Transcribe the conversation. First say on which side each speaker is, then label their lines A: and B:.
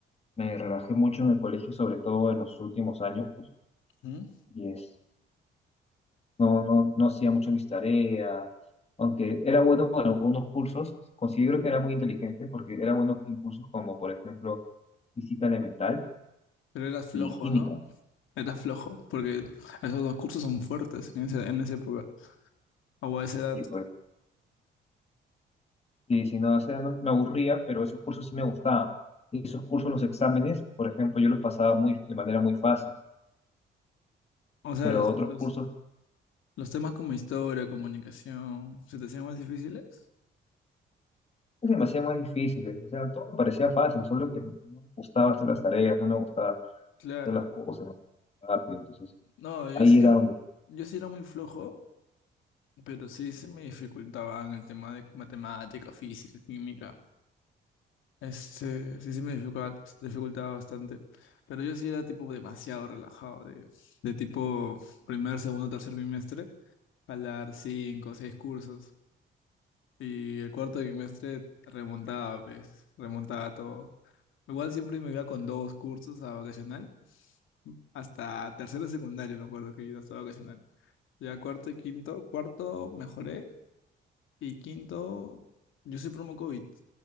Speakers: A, on the left (about 30°); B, on the left (about 80°).
A: Me relajé mucho en el colegio, sobre todo en los últimos años,
B: ¿Mm?
A: y, no, no, no hacía mucho mis tareas, aunque era bueno en algunos cursos, considero que era muy inteligente porque era bueno en cursos como, por ejemplo, física elemental
B: Pero eras flojo,
A: y química.
B: ¿no? Eras flojo, porque esos dos cursos son fuertes en esa, en esa época, o a esa edad.
A: Y pues, y si no, o sea, no- me aburría, pero esos cursos sí me gustaban. Y esos cursos, los exámenes, por ejemplo, yo los pasaba muy, de manera muy fácil,
B: O sea,
A: pero
B: los,
A: otros
B: los-
A: cursos
B: Los temas como historia, comunicación, ¿se te hacían más difíciles?
A: pues, se me hacían más difíciles, o sea, todo me parecía fácil, solo que no me gustaba hacer las tareas, no me gustaba
B: Claro.
A: hacer las cosas rápido, entonces
B: No, yo
A: ahí
B: sí,
A: era donde...
B: yo sí era muy flojo, pero sí se me dificultaban el tema de matemática, física, química. Este, sí se me dificultaba, dificultaba bastante. Pero yo sí era tipo demasiado relajado, de, de tipo primer, segundo, tercer bimestre, jalar cinco, o seis cursos. Y el cuarto trimestre remontaba, pues, remontaba todo. Igual siempre me iba con dos cursos a vacacional. Hasta tercero de secundario me acuerdo que iba hasta vacacional. Ya cuarto y quinto, cuarto mejoré y quinto, yo soy promo COVID.